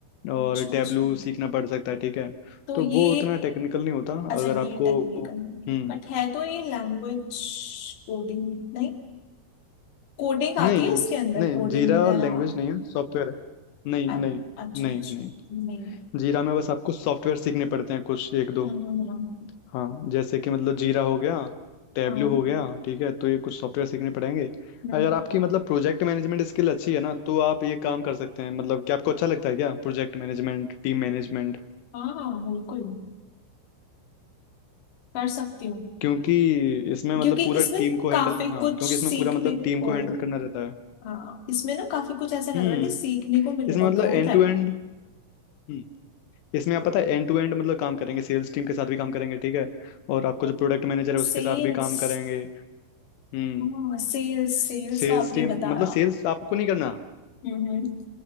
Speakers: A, on the left; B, on the left.
A: और
B: अच्छा
A: टैबलू
B: अच्छा
A: सीखना पड़ सकता है ठीक है
B: तो
A: तो
B: ये
A: वो उतना टेक्निकल नहीं होता
B: अच्छा
A: अगर
B: ये
A: आपको
B: टेक्निकल
A: हम्म
B: नहीं है बट है तो ये लैंग्वेज कोडिंग नहीं कोडिंग
A: नहीं
B: आती है इसके अंदर
A: नहीं
B: कोडिंग
A: जीरा
B: वगैरह
A: लैंग्वेज नहीं है सॉफ्टवेयर है नहीं
B: अ-
A: नहीं
B: अच्छा
A: नहीं
B: अच्छा
A: नहीं
B: नहीं है
A: जीरा में बस आपको सॉफ्टवेयर सीखने पड़ते हैं कुछ एक दो
B: हम्म हम्म हम्म,
A: हाँ जैसे कि मतलब जीरा हो गया टैबलू
B: हाँ
A: हो गया ठीक है तो ये कुछ सॉफ्टवेयर सीखने पड़ेंगे
B: हम्म,
A: अगर आपकी मतलब प्रोजेक्ट मैनेजमेंट स्किल अच्छी है ना तो आप ये काम कर सकते हैं मतलब क्या आपको अच्छा लगता है क्या प्रोजेक्ट मैनेजमेंट टीम मैनेजमेंट
B: हाँ हाँ, हाँ, बिल्कुल कर सकती हूँ
A: क्योंकि इसमें
B: क्योंकि
A: मतलब पूरा
B: इसमें
A: टीम को हैंडल
B: काफी
A: हाँ
B: कुछ
A: क्योंकि
B: सीखने
A: इसमें पूरा मतलब
B: को
A: टीम को हैंडल करना रहता है
B: हाँ इसमें ना काफी कुछ ऐसा लग
A: हम्म
B: रहा है कि सीखने को मिलेगा
A: इसमें मतलब
B: ग्रोथ
A: एंड
B: है
A: टू एंड हम्म इसमें आप पता है एंड टू एंड मतलब काम करेंगे सेल्स टीम के साथ भी काम करेंगे ठीक है और आपको जो प्रोडक्ट मैनेजर है उसके
B: सेल्स
A: साथ भी काम करेंगे हम्म
B: हाँ सेल्स सेल्स
A: सेल्स
B: का आपने
A: टीम
B: बताया
A: मतलब सेल्स आपको नहीं करना
B: हम्म हम्म,